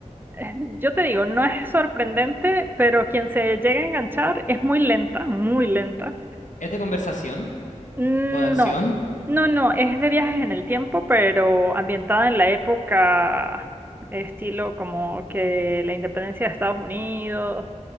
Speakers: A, on the right; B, on the left.
A: <laughs> Yo te digo, no es sorprendente, pero quien se llega a enganchar es muy lenta, muy lenta.
B: ¿Es de conversación
A: Mm,
B: o de acción?
A: No, no, no, es de viajes en el tiempo, pero ambientada en la época, estilo como que la independencia de Estados Unidos,